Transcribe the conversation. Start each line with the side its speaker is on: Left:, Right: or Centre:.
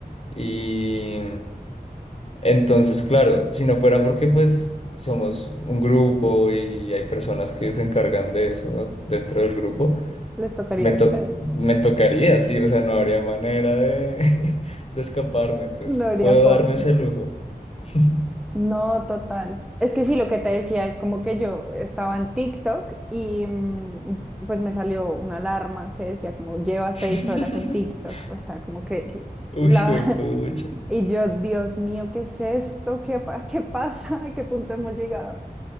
Left: Y entonces, claro, si no fuera porque pues somos un grupo y hay personas que se encargan de eso dentro del grupo,
Centre: les tocaría
Left: me,
Centre: a
Left: to-
Centre: ustedes.
Left: me tocaría, sí, o sea, no habría manera de, <laughs> de escaparme, entonces
Centre: No habría
Left: puedo
Centre: forma.
Left: darme ese lujo. <laughs>
Centre: No, total. Es que sí, lo que te decía es como que yo estaba en TikTok y mm, pues me salió una alarma que decía como lleva seis
Left: <laughs>
Centre: horas en TikTok, o sea, como que la...
Left: Uy, pucha.
Centre: <laughs> Y yo, Dios mío, ¿qué es esto? ¿Qué, pa- qué pasa? ¿A qué punto hemos llegado?